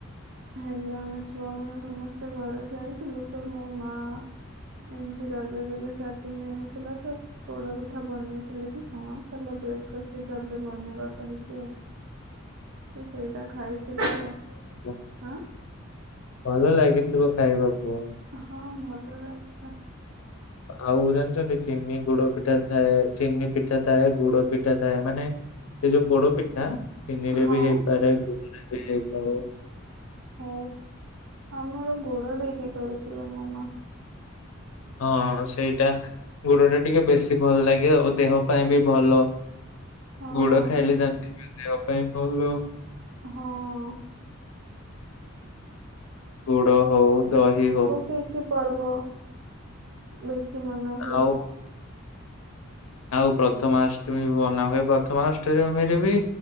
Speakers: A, on the right (about 60°); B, on the left (about 80°).
A: ହେଲେ ଆମେ ଛୁଆମାନେ ସମସ୍ତେ ଘରେ ଯାଇଥିଲୁ ତ ମୋ ମା ଏମିତି ରଜ ଯେବେ ଷ୍ଟାର୍ଟିଂ ଦିନ ଥିଲା ତ ପୋଡାପିଠା ବନେଇଥିଲେ କି ହଁ ଚାଲ ବ୍ରେକ୍ଫାଷ୍ଟ ହିସାବରେ ବନେଇବା କହିକି ଆଉ। ତ ସେଇଟା ଖାଇଥିଲି ଆଉ।
B: ହ
A: ଆଁ
B: ଭଲ ଲାଗିଥିବ ଖାଇବାକୁ?
A: ହଁ ଭଲ ଲାଗିଲା।
B: ଆଉ ଜାଣିଛନ୍ତି ଚିନି ଗୁଡ ପିଠା ଥାଏ ଚିନି ପିଠା ଥାଏ ଗୁଡ ପିଠା ଥାଏ। ମାନେ ଏ ଯୋଉ ପୋଡ ପିଠା ଚିନି ରେ
A: ହଁ
B: ବି ହେଇପାରେ ଗୁରେ ବି ହେଇପାରେ।
A: ହଉ ଆମର ଗୁଡ ଦେଇକି କରିଥିଲେ ମୋ ମା।
B: ହଁ ସେଇଟା ଗୋଡ ଟା ଟିକେ ବେଶୀ ଭଲ ଲାଗେ ଆଉ ଦେହ ପାଇଁ ବି ଭଲ।
A: ହଁ
B: ଗୁଡ ଖାଇଲେ ଜାଣିଥିବେ ଦେହ ପାଇଁ ଭଲ।
A: ହଁ
B: ଗୋଡ଼ା ହଉ ଦହି ହଉ
A: ହେଇକି ପର୍ବ ବେଶୀ ମନା ହୁଏ।
B: ଆଉ ଆଉ ପ୍ରଥମାଷ୍ଟମୀ ବନା ହୁଏ ପ୍ରଥମାଷ୍ଟମୀରେ ବି